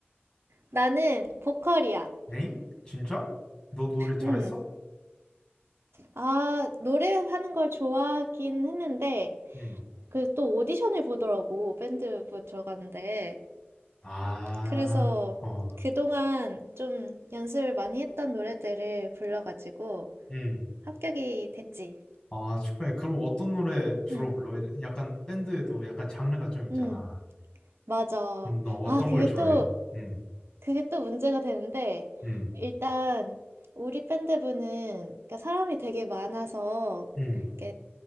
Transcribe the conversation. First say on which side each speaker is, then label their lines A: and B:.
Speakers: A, on the right (about 75°); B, on the left (about 20°).
A: 나는 보컬이야.
B: 엥? 진짜? 너 노래 잘했어?
A: 음. 아, 노래하는 걸 좋아하긴 했는데,
B: 응.
A: 그 또 오디션을 보더라고, 밴드 부 들어가는데.
B: 아,
A: 그래서
B: 어.
A: 그동안 좀 연습을 많이 했던 노래들을 불러가지고
B: 응.
A: 합격이 됐지.
B: 아, 축하해. 그럼 어떤 노래 주로
A: 응,
B: 불러? 이래- 약간 밴드에도 약간 장르가 좀 있잖아.
A: 응, 맞아.
B: 그럼 너 어떤
A: 아, 그게
B: 걸 주로
A: 또,
B: 해? 음,
A: 그게 또 문제가 되는데,
B: 음,
A: 일단 우리 밴드부는, 그러니까 사람이 되게 많아서,
B: 음.
A: 이렇게